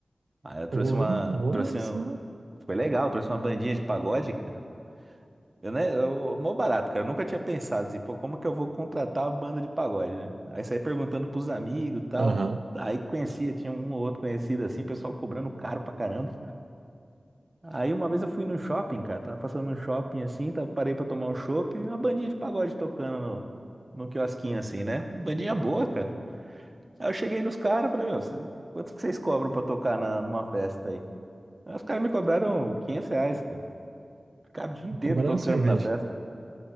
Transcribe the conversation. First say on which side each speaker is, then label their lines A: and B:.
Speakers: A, on the right; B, on the right.
A: Aí eu trouxe
B: Porra,
A: uma.
B: olha
A: Trouxe
B: só.
A: um- Foi legal, trouxe uma bandinha de pagode, cara. Eu, né, eu, mó barato, cara. Eu nunca tinha pensado assim, pô, como que eu vou contratar uma banda de pagode, né? Aí saí perguntando pros amigos e tal.
B: Aham.
A: Aí conhecia, tinha um ou outro conhecido assim, pessoal cobrando caro pra caramba. Aí uma vez eu fui no shopping, cara, tava passando no shopping assim, tava, parei pra tomar um chopp, a bandinha de pagode tocando no, no quiosquinho assim, né? Bandinha boa, cara. Aí eu cheguei nos caras, falei, meu, cê- quanto que vocês cobram pra tocar na, numa festa aí? Aí os caras me cobraram 500 reais, cara. Ficaram o dia inteiro
B: Cobrar
A: tocando
B: a cerveja.
A: na festa.